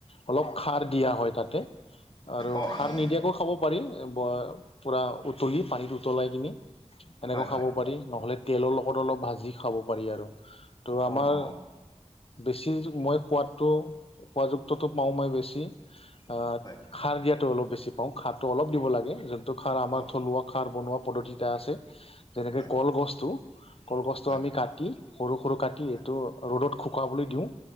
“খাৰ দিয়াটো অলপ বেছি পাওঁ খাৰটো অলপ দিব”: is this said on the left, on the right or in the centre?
Left